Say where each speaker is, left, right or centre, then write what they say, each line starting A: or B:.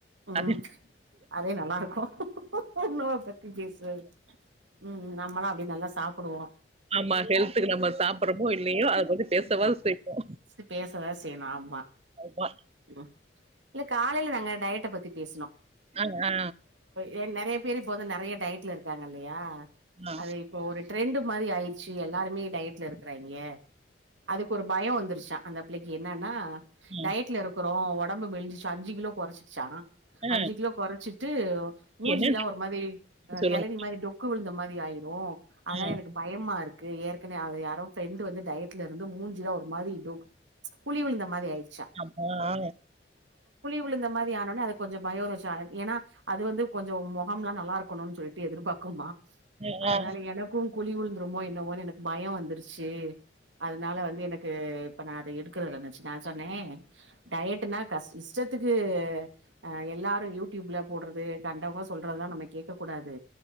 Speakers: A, on the right (about 85°); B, on the right (about 30°).
A: ம்
B: அது
A: அதே நல்லாருக்கு உணவு பத்தி பேசுற ம் நம்மல்லா அப்டி நல்லா சாப்பிடுவோ
B: ஆமா ஹெல்த்துக்கு நம்ம சாப்பறமோ இல்லையோ அத பத்தி பேசவாது
A: அ
B: செய்வோ
A: ஸ்பேசதா செய்யணு ஆமா
B: ஆமா
A: ம் இல்ல காலைல நாங்க டயட்ட பத்தி பேசுனோ
B: ஆ ஆ
A: ஏ நெறைய பேரு இப்போ வந்து நெறைய டயட்ல இருக்காங்கல்லையா
B: ஆ,
A: அது இப்போ ஒரு ட்ரெண்டு் மாரி ஆயிடுச்சு எல்லாருமே டயட்ல இருக்கிறாய்ங்க அதுக்கு ஒரு பயம் வந்துருச்சு அந்த பிள்ளைக்கு என்னன்னா
B: ம்
A: ல இருக்கிறோ ஒடம்பு மெழுஞ்சுருச்சு அஞ்சு கிலோ கொறச்சிருச்சா
B: ஆ.
A: அஞ்சு கிலோ கொறச்சி ட்டு மூஞ்சிலா
B: என்னன்னு
A: ஒரு மாரி் அ
B: சொல்லுங்க.
A: கெளவி மாரி டொக்கு விழுந்த மாரி ஆயிரும் அனாலா
B: ம்.
A: எனக்கு பயமா இருக் கு ஏற்கன அத யாரோ ஃப்ரண்ட் வந்து டயட்ல இருந்து மூஞ்சிலா ஒரு மாரி டொக் குழி விழுந்த மாரி ஆயிடுச்சு
B: ஆ ஆ
A: விழுந்த மாரி ஆனோனே அது கொஞ்சம் பயோ வந்துடுச்சு ஏன்னா அது வந்து கொஞ்சம் மொகம்லா நல்லா இருக்கணுனு சொல்லிட்டு எதிர்பாக்குமா
B: ம்,
A: அதனால
B: ஆ.
A: எனக்கும் குழி விழுந்துருமோ என்னவோன்னு எனக்கு பயம் வந்துருச்சு அதனால வந்து எனக்கு இப்ப நா அத எடுக்கறதுலனுச்சு நா சொன்னே டயட்னா கஷ் இஷ்டத்துக்கு அ எல்லாரு யூடியூப்ல போடுறது கண்டவங்க சொல்றதுலா நம்ம கேக்க கூடாது